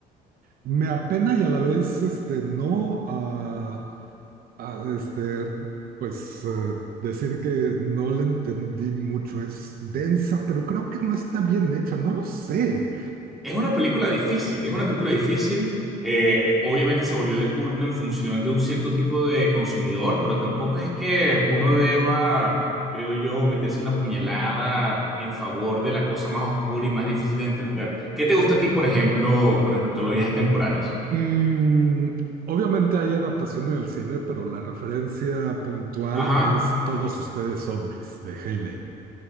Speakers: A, on the right; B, in the centre.
A: Me apena y a la vez, este, no, a, a, este, pues eh, decir que no le entendí mucho, es densa, pero creo que no está bien hecha, no lo sé.
B: Es una película difícil, es una película difícil. eh, obviamente se volvió de culto en función de un cierto tipo de consumidor, pero tampoco es que uno deba, creo yo, meterse una puñalada en favor de la cosa más oscura y más difícil de entender. ¿Qué te gusta a ti, por ejemplo, con respecto a los viajes temporales?
A: Mm, obviamente hay adaptación en el cine, pero la referencia puntual
B: Ajá.
A: es Todos ustedes zombies de Heinlein.